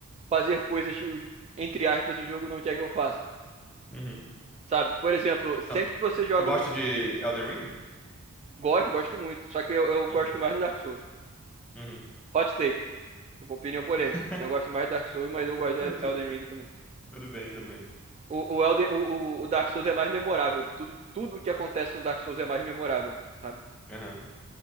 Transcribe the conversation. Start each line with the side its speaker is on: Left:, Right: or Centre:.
Right: fazer coisas que, o- entre aspas, o jogo não quer que eu faça.
Centre: Uhum.
Right: Sabe? Por exemplo, sempre
Centre: Não.
Right: que você joga
Centre: Tu gosta
Right: um.
Centre: de Elden Ring?
Right: Gosto, gosto muito. Só que eu, eu gosto
Centre: Uhum.
Right: mais de Dark Souls.
Centre: Uhum.
Right: Hot take. Opinião polêmica.
Centre: <laughs>
Right: Eu gosto mais de Dark Souls, mas eu gosto de
Centre: Não, tu-
Right: Elden Ring também.
Centre: tudo bem, tudo bem.
Right: O, o, Elden, o, o Dark Souls é mais memorável. Tudo, tudo que acontece no Dark Souls é mais memorável, sabe?
Centre: Aham.